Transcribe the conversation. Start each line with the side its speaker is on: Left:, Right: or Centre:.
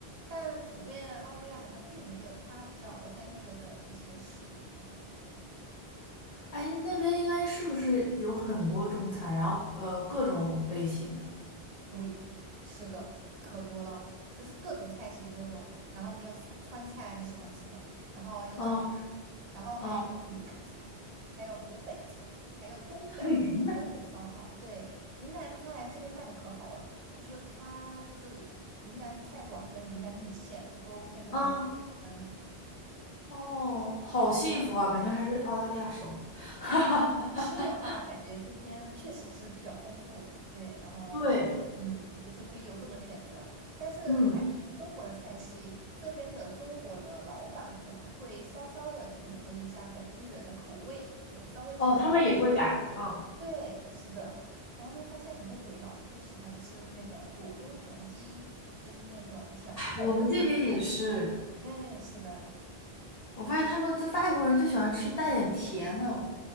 Right: 但普遍澳大利亚好像并没有它比较 authentic 的一些食物感觉。
Left: 哎，那边应该是不是有很多中餐，然后呃各种类型的？
Right: 对，是的，可多了，就是各种菜系都有。然后你有菜川菜你喜欢吃的，然后有早餐，
Left: 嗯
Right: 然后还有云南菜，
Left: 嗯
Right: 还有湖北菜，还有东北菜，
Left: 还有云南，
Right: 东北烧烤。对，云南菜这边卖的可好了，就是它就是云南菜馆儿跟云南米线都在这边非常受欢迎。
Left: 嗯，哦，好幸福啊，感觉还是澳大利亚爽。<laughs> 哈哈
Right: 吃的话，
Left: 哈，
Right: 感觉这边确实是比较丰富，对，然后
Left: 对，
Right: 嗯，就是可以有各种选择。但是感觉中国的菜系，
Left: 嗯，
Right: 这边的中国的老板可能会稍稍的迎合一下本地人的口味，有稍微进行。
Left: 哦，他们也会改啊，
Right: 对，是的，然后就会发现很多鬼佬特别喜欢吃那个左宗棠鸡，就是那种甜口的那。
Left: 我们这边也是，
Right: 对，是的，
Left: 我发现他们这外国人就喜欢吃带点甜的，